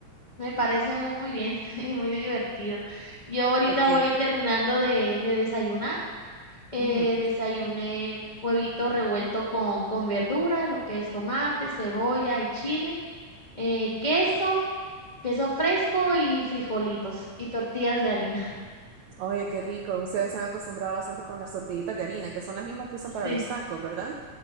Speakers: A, on the left (about 20°); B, on the right (about 70°).
A: me parece muy bien <laughs> y muy divertido. Yo ahorita
B: Ok.
A: voy terminando de, de desayunar. Eh,
B: ujú.
A: desayuné huevito revuelto con, con verdura, lo que es tomate, cebolla y chile, eh, queso, queso fresco y frijolitos y tortillas de harina.
B: Oye, qué rico. Ustedes se han acostumbrado bastante con las tortillitas de harina, que son las mismas que usan para
A: <laughs> Sí.
B: los tacos, ¿verdad?